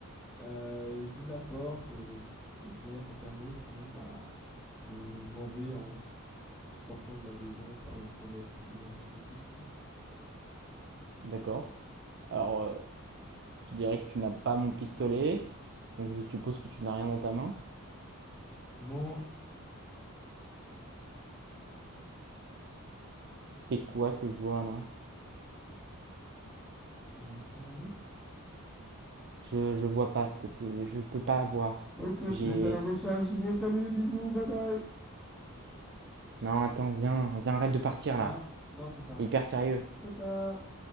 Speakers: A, in the centre; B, on the right.
A: euh, j'ouvre la porte et... et je me laisse interner. Sinon, bah, je m'en vais en sortant de ma maison par une fenêtre ou un, ch- un autre chemin.
B: D'accord. Alors, euh, je dirais que tu n'as pas mon pistolet, donc je suppose que tu n'as rien dans ta main.
A: Non.
B: C'est quoi que je vois là?
A: Mhm.
B: Je, je vois pas ce que tu... Je peux pas voir.
A: Ok, tu
B: J'ai...
A: donnes ta langue au chat. J'y vais. Salut, bisous, bye bye.
B: Non, attends, viens, viens, arrête de partir
A: Non,
B: là.
A: non, trop tard.
B: C'est hyper sérieux.
A: Trop tard.